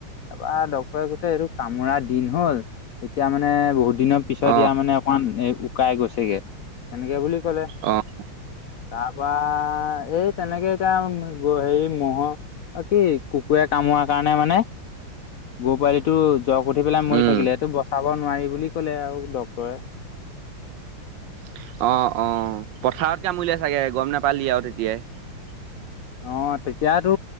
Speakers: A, on the left (about 75°); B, on the right (about 75°).
A: তাৰৰা ডক্টৰে কৈছে এইটো কামোৰা দিন হল। এতিয়া মানে বহুত দিনৰ পিছত
B: অ'
A: ইয়াৰ মানে অকমান এ উকাই গৈছেগে, তেনেকে বুলি কলে।
B: অ'
A: তাৰপা এই তেনেকে এতিয়া হেৰি ম'হৰ কি কুকুৰে কামোৱাৰ কাৰণে মানে গৰু পোৱালিটো জক উঠি পেলাই মৰি
B: উম
A: থাকিলে। সেইটো বচা বচাব নোৱাৰি বুলি কলে আৰু ডক্তৰে।
B: অ, অ। পথাৰত কামুৰিলে ছাগে। গম নেপালি আৰু তেতিয়াই।
A: অ, তেতিয়াতো